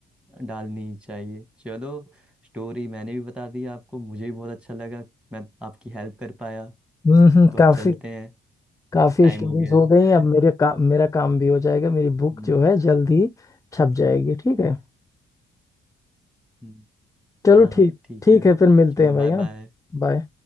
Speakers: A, in the centre; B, on the left.
A: डालनी ही चाहिए चलो स्टोरी मैंने भी बता दी आपको मुझे भी बहुत अच्छा लगा मैं आपकी हेल्प कर पाया
B: हम्म,
A: तो
B: काफी
A: अब चलते हैं
B: काफी
A: टाइम
B: स्टोरीज
A: हो गया
B: हो
A: है
B: गई अब मेरे का, मेरा काम भी हो जाएगा मेरी बुक
A: हम्म,
B: जो है जल्द ही छप जाएगी ठीक है
A: हम्म।
B: चलो
A: हाँ
B: ठीक
A: ठीक
B: ठीक
A: है
B: है फिर मिलते
A: चलो
B: हैं भाई
A: बाय
B: है ना
A: बाय
B: बाय